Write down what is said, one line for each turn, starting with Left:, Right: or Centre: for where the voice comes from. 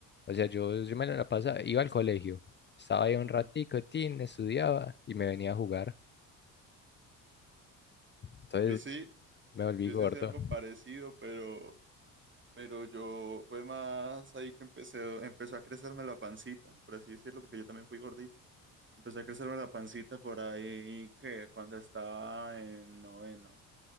Left: O sea, yo, yo me la pasaba, iba al colegio. Estaba ahí un
Right: Ajá.
Left: ratico, tin, estudiaba y me venía a jugar. Entonces
Right: Yo sí,
Left: me volví
Right: yo
Left: gordo
Right: sí hacía algo
Left: o
Right: parecido, pero, pero yo fue más ahí que empecé, empezó a crecerme la pancita, por así decirlo, porque yo también fui gordito. Empezó a crecerme la pancita por ahí que cuando estaba en noveno,